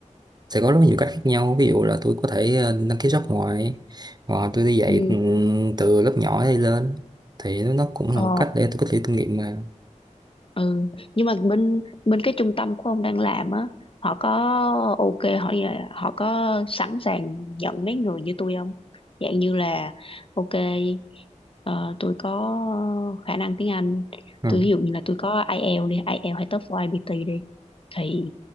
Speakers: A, on the right; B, on the left.
A: sẽ có rất nhiều cách khác nhau ví dụ là tôi có thể ờ, đăng ký job ngoài hoặc là tôi đi dạy
B: Ừ.
A: ừm, từ lớp nhỏ đi lên thì nó nó cũng
B: Ờ.
A: là một cách để tôi có thể kinh nghiệm mà
B: ừ nhưng mà bên bên cái trung tâm của ông đang làm á họ có ok họ ờ, họ có sẵn sàng nhận mấy người như tôi không dạng như là ok ờ, tôi có khả năng tiếng Anh
A: ừ.
B: tôi ví dụ như là tôi có IELTS đi IELTS hay TOEFL IBT đi thì